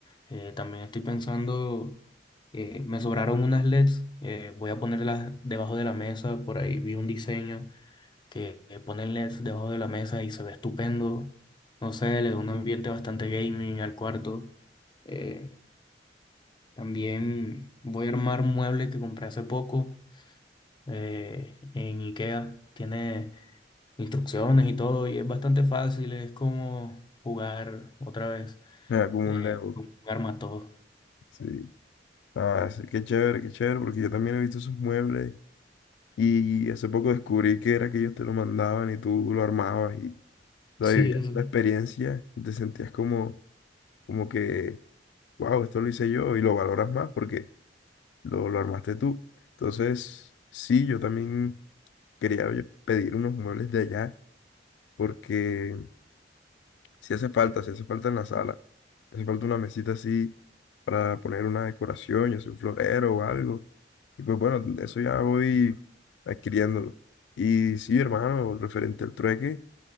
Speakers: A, on the left; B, on the left.
A: Eh, también estoy pensando, eh, me sobraron unas LEDs, eh, voy a ponerlas debajo de la mesa, por ahí vi un diseño que eh, pone LEDs debajo de la mesa y se ve estupendo. No sé, le da un ambiente bastante gaming al cuarto. Eh, también voy a armar un mueble que compré hace poco eh, en IKEA. Tiene instrucciones y todo y es bastante fácil. Es como jugar otra vez
B: Ah, como
A: eh,
B: un Lego.
A: con un arma todo. <laughs>
B: Sí. Ah, sí, qué chévere, qué chévere, porque yo también he visto esos muebles y hace poco descubrí que era que ellos te lo mandaban y tú lo armabas y la
A: Sí,
B: vivías
A: sí,
B: la experiencia y te sentías como, como que, wow, esto lo hice yo y lo valoras más porque lo, lo armaste tú. Entonces, sí, yo también quería oye, pedir unos muebles de allá porque Si hace falta, si hace falta en la sala. Hace falta una mesita así para poner una decoración, ya sea un florero o algo. Y pues bueno, eso ya voy adquiriéndolo. Y sí, hermano, referente al trueque,